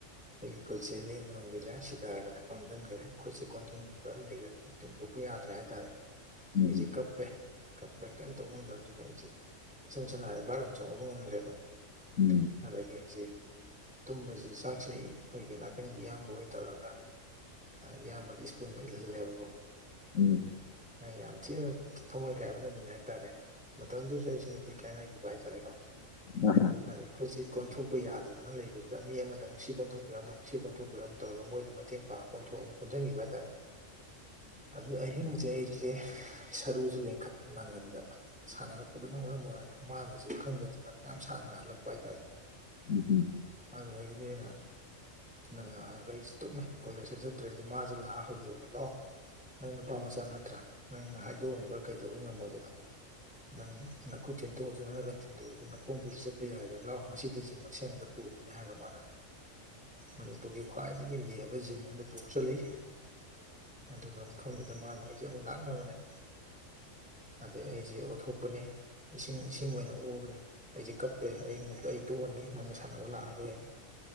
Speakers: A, in the centre; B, on the left.
A: ꯑꯩꯒꯤ ꯈꯨꯠꯁꯦ ꯂꯦꯡꯕ ꯉꯝꯕꯤꯔꯦ ꯁꯤꯗꯥꯈꯔꯦ ꯄꯥꯡꯝꯁꯤꯟꯈ꯭ꯔꯦ ꯈꯨꯠꯁꯦ ꯀꯣꯟꯁꯤꯟꯕ ꯂꯩꯈꯔꯦ ꯇꯤꯡꯊꯣꯛ ꯀꯄ ꯌꯥꯗ꯭ꯔꯦ ꯍꯥꯏꯇꯥꯔꯦ
B: ꯎꯝ
A: ꯑꯩꯁꯦ ꯀꯞꯄꯦ ꯀꯞꯄꯦ ꯀꯩꯝ ꯇꯧꯕ ꯉꯝꯗꯕꯗꯨꯗ ꯑꯩꯁꯦ ꯁꯝ ꯁꯝꯅ ꯍꯥꯏꯔ ꯚꯔ ꯑꯃ ꯆꯪꯉꯧꯕ ꯉꯝꯗ꯭ꯔꯦꯕ
B: ꯎꯝ
A: ꯑꯗꯒꯤ ꯑꯩꯁꯤꯦ ꯇꯨꯝꯕꯁꯤ ꯆꯥꯛ ꯄꯁ ꯑꯩꯈꯣꯏꯒꯤ ꯅꯥꯀꯟꯒꯤ ꯏꯌꯥꯝꯕ ꯑꯣꯏꯅ ꯇꯧꯔꯒ ꯏꯌꯥꯝꯕꯗ ꯁ꯭ꯀꯨꯜꯅ ꯏꯜꯍꯜꯂꯦꯕꯀꯣ
B: ꯎꯝ
A: ꯌꯥꯝ ꯊꯤꯅ ꯊꯋꯥꯏ ꯀꯥꯏꯕ ꯅꯨꯃꯤꯠ ꯍꯥꯏꯇꯥꯔꯦ ꯃꯇꯝꯗꯨꯁꯨ ꯑꯩꯁꯦ ꯅꯨꯄꯤ ꯀꯥꯏꯅꯈꯤꯕ ꯍꯥꯏꯇꯥꯔꯦꯀꯣ
B: ꯑ ꯍ
A: ꯑꯗꯩ ꯑꯩꯈꯣꯏꯁꯤ ꯀꯣꯟꯊꯣꯛꯄ ꯌꯥꯗꯗꯅ ꯂꯩꯕꯁꯤꯗ ꯃꯤ ꯑꯃꯗ ꯑꯃꯨꯛ ꯁꯤ ꯀꯣꯟꯊꯣꯛꯄꯤꯔꯝꯃꯣ ꯁꯤ ꯀꯣꯟꯊꯣꯛꯄꯤ ꯀꯣꯏꯔꯣꯝ ꯇꯧꯔ ꯃꯣꯏꯗ ꯃꯇꯦꯡ ꯄꯥꯡ ꯀꯣꯟꯊꯣꯛꯑ ꯑꯃ ꯀꯣꯟꯁꯤꯟꯈꯤꯕ ꯍꯥꯏꯇꯥꯔꯦ ꯑꯗꯨꯩ ꯑꯍꯤꯡꯁꯦ ꯑꯩꯁꯦ ꯁꯔꯨꯁꯦ ꯂꯦꯡꯈꯠ ꯃꯅꯥꯒꯟꯗ ꯁꯥꯟꯅꯔꯛꯄꯗꯨꯅ ꯃꯔꯝ ꯑꯣꯏꯔꯒ ꯃꯥꯅꯁꯨ ꯈꯪꯖꯗꯅ ꯃꯌꯥꯝ ꯁꯥꯟꯅꯍꯜꯂꯛꯄ ꯍꯥꯏꯇꯥꯔꯦ
B: ꯎꯝ ꯎꯝ
A: ꯑꯗꯨꯗꯦꯅ ꯅꯪꯅ ꯍꯥꯏꯔꯒ ꯑꯩꯁꯦ ꯇꯨꯝꯃꯦ ꯀꯣꯂꯦꯖꯇ ꯆꯠꯇ꯭ꯔꯦꯗ ꯃꯥꯁꯦ ꯂꯥꯛꯑꯒ ꯍꯧꯗꯣꯛꯑꯒ ꯂꯥꯛꯑꯣ ꯅꯪ ꯅꯨꯄꯥ ꯃꯆꯥ ꯅꯠꯇ꯭ꯔꯥ ꯅꯪꯅ ꯍꯥꯏꯗꯣꯛꯑꯝꯃꯒ ꯀꯩꯗꯧꯔꯤ ꯉꯝꯃꯣꯏꯗꯅꯣ ꯅꯪ ꯅꯈꯠ ꯊꯤꯟꯇꯣꯛꯑꯁꯨ ꯅꯠꯇꯔꯒ ꯊꯤꯟꯣꯛꯑꯁꯨ ꯅꯈꯣꯡꯕꯨꯗꯤ ꯆꯠꯄ ꯌꯥꯏꯗꯅ ꯂꯥꯛ ꯉꯁꯤꯗꯤꯝ ꯑꯁꯦꯡꯕ ꯄꯗꯅ ꯍꯥꯏꯒ ꯃꯥꯅ ꯃꯅꯤꯄꯨꯔꯒꯤ ꯈ꯭ꯋꯥꯏꯗꯒꯤ ꯂꯤꯔꯕ ꯖꯤꯝ ꯑꯗ ꯄꯨꯔꯁꯨ ꯂꯩ ꯑꯗꯨꯒ ꯃꯐꯝꯗꯨꯗ ꯃꯥꯅ ꯑꯩꯁꯦ ꯑꯃꯨꯛ ꯂꯥꯛꯅꯕꯅꯦꯕ ꯑꯗꯩ ꯑꯩꯁꯦ ꯑꯣꯠꯊꯣꯛꯄꯅꯦ ꯏꯁꯤꯡ ꯏꯁꯤꯡ ꯑꯣꯏꯅ ꯎꯕꯅꯦ ꯑꯩꯁꯦ ꯀꯞꯄꯦ ꯑꯩ ꯉ ꯑꯩ ꯇꯣꯛꯑꯅꯤ ꯅꯪꯅ ꯁꯥꯟꯅꯕ ꯂꯥꯛꯑꯔꯣꯏꯅ